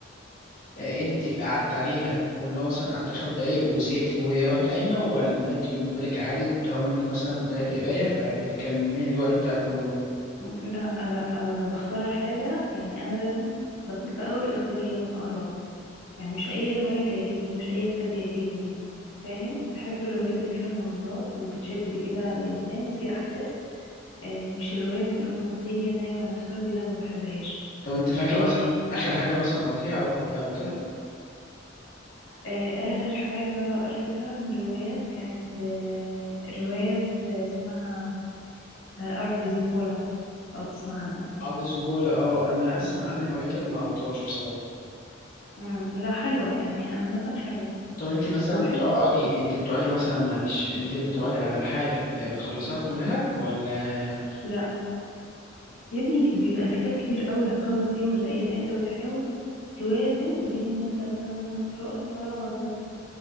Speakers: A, on the left; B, on the left.
A: آه، انت قعدت عليها واللي هو مثلا قعدت 10 دقايق وزهقت ورحت قايمه ولا انت بالنسبه لك عادي طالما انت مثلا بدات قرايه فبتكمل الوقت بتاعك كله
B: أمم، لا لا آه، بختار الحاجة يعني انا لازم دقيقة قوي في اختيار اللي انا هقراه يعني مش اي رواية تعجبني مش اي كتاب يعجبني فاهم بحب الروايات اللي فيها مغامرات وبتشد كده الانسان وفيها احداث آه، مش الروايات الرومانسية نايمة على نفسها دي لا ما بحبهاش
A: طب انت فاكره
B: آه،
A: مثلا اخر حاجه مثلا قريتيها او او كده
B: آه، آه، آخر حاجة قريتها من روايات كانت آه، رواية آه، اسمها آه، أرض زيكولا أو تسمع عنها
A: ارض زيكولا اه انا اسمع عنها ولكن ما قريتهاش بصراحه
B: مم. لا حلوة يعني عامة حلوة
A: طب انت مثلا
B: وبحب
A: بتقعدي انت بتقعدي مثلا معلش انت بتقعدي على الحاجه آه، بتخلصيها كلها ولا
B: لا يا ابني بيبقى كتاب كبير قوي هتخلص ايه ولا ايه فانت بتحاول توازن بين ان انت مثلا في وقت فراغك بس